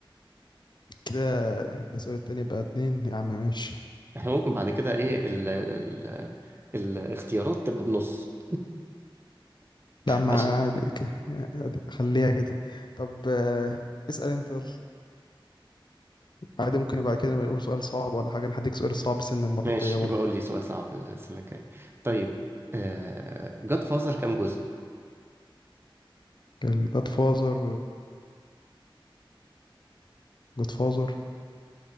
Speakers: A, on the left; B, on the right.
A: كده ده السؤال التاني بقى اتنين يا عم ماشي
B: احنا ممكن بعد كده ايه ال ال الاختيارات تبقى بنص
A: لا ما
B: عشان
A: عادي ك- عادي، خليها كده طب آه، اسأل انت يلا. عادي ممكن بعد كده نبقى نقول سؤال صعب ولا حاجة انا هديك سؤال صعب سن المرة
B: ماشي
A: الجاية برضه
B: يبقى قول لي سؤال صعب السنة الجاية طيب آه... جاد فازر كام جزء؟
A: الجاد فازر جاد فازر